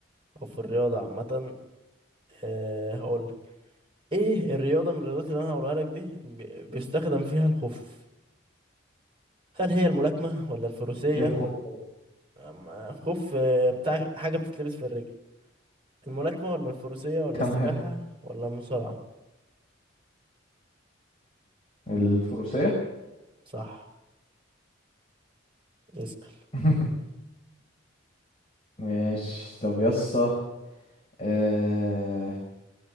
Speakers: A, on the right; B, on the left.
A: أو في الرياضة عامة أه هقول لك إيه الرياضة من الرياضات اللي أنا هقولها لك دي بي- بيستخدم فيها الخوف هل هي الملاكمة ولا الفروسية
B: ايه الخوف ده؟
A: أما خوف آه، بتاع حاجة بتتلبس في الرجل الملاكمة ولا الفروسية ولا
B: تمام
A: السباحة ولا المصارعة
B: الفروسية
A: صح اسأل
B: <laughs> ماشي طب يسا آه...